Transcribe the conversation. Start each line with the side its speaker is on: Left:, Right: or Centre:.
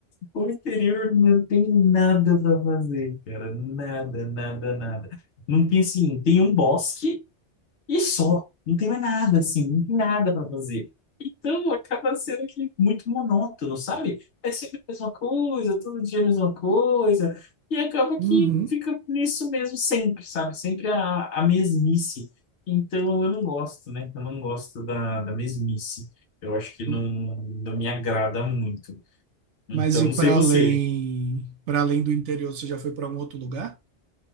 Left: O interior não tem nada pra fazer, cara. Nada, nada, nada. Não tem assim, tem um bosque e só. Não tem mais nada, assim, não tem nada pra fazer. Então acaba sendo que muito monótono, sabe? É sempre a mesma coisa, todo dia a mesma coisa. E acaba que
Right: uhum,
Left: fica nisso mesmo sempre, sabe? Sempre a, a mesmice. Então eu não gosto, né? Eu não gosto da, da mesmice. Eu acho que não,
Right: uhum.
Left: não me agrada muito. Então,
Right: Mas e
Left: não
Right: para
Left: sei você.
Right: além, para além do interior, você já foi para algum outro lugar?